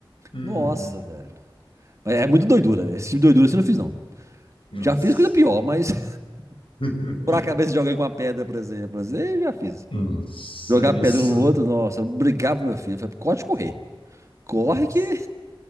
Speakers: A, on the left; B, on the right.
A: uhum.
B: Nossa, velho. Mas É muito doidura. Esse tipo de doidura assim eu não fiz, não.
A: Nossa.
B: Já fiz coisa pior, mas
A: <laughs>
B: <laughs> furar a cabeça de alguém com uma pedra, por exemplo. Assim, eu já fiz.
A: Nossa,
B: Jogar
A: isso.
B: pedra um no outro, nossa, eu brigava com meu filho. Eu falei, corre correr. Corre
A: Nossa,
B: que